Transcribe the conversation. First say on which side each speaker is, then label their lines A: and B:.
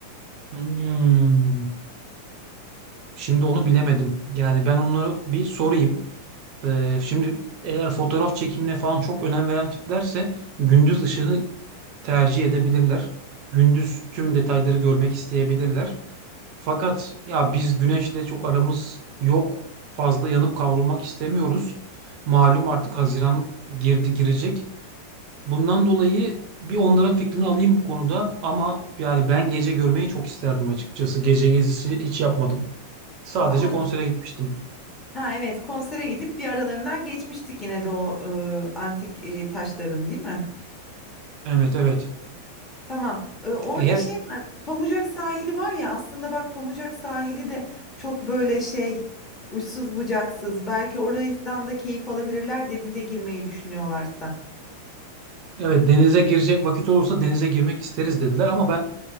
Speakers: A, on the right; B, on the left.
A: Hmm. Şimdi onu bilemedim. Yani ben onu bir sorayım. Ee, şimdi eğer fotoğraf çekimine falan çok önem veren tiplerse gündüz ışığını tercih edebilirler. Gündüz tüm detayları görmek isteyebilirler. Fakat ya biz güneşle çok aramız yok. Fazla yanıp kavrulmak istemiyoruz. Malum artık Haziran girdi girecek. Bundan dolayı bir onların fikrini alayım bu konuda ama yani ben gece görmeyi çok isterdim açıkçası. Gece gezisi hiç yapmadım. Sadece
B: Ama
A: konsere gitmiştim.
B: ha evet konsere gidip bir aralarından geçmiştik yine de o e, antik e, taşların değil mi?
A: Evet evet.
B: Tamam. Ee, orada
A: Eğer
B: şey var. Pamucak sahili var ya aslında bak Pamucak sahili de çok böyle şey uçsuz bucaksız. Belki oradan da keyif alabilirler denize girmeyi düşünüyorlarsa.
A: evet denize girecek vakit olursa denize girmek isteriz dediler ama ben